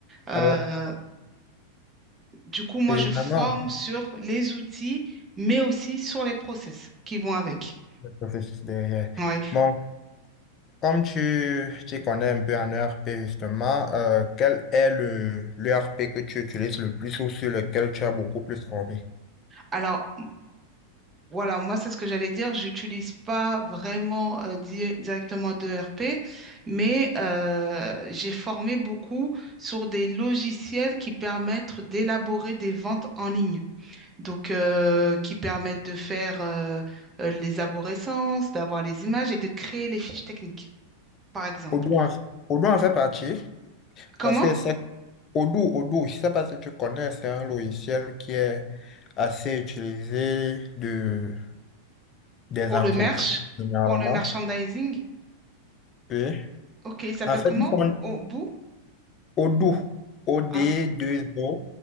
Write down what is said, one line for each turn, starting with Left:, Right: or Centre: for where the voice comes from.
Right: Euh,
Left: Alors,
Right: Du coup, moi,
Left: évidemment,
Right: je forme sur les outils, mais aussi sur les process qui vont avec.
Left: le processus derrière.
Right: Ouais.
Left: Bon, Comme tu, tu connais un peu en ERP justement, euh, quel est le l'ERP que tu utilises le plus ou sur lequel tu as beaucoup plus envie?
Right: Alors, voilà, moi, c'est ce que j'allais dire. J'utilise pas vraiment euh, di- directement d'ERP, mais euh, j'ai formé beaucoup sur des logiciels qui permettent d'élaborer des ventes en ligne. Donc, euh, qui permettent de faire euh, euh, les aborescences, d'avoir les images et de créer les fiches techniques, par exemple.
Left: Odoo en, Odoo en fait partie
Right: Comment?
Left: parce que c'est Odoo, Odoo, je sais pas si tu connais, c'est un logiciel qui est assez utilisé de, des
Right: Pour
Left: entreprises
Right: le merch,
Left: généralement.
Right: pour le merchandising.
Left: Oui.
Right: Ok, il s'appelle
Left: En fait,
Right: comment?
Left: ils font
Right: Obu?
Left: Odoo, o
Right: Ah,
Left: d deux o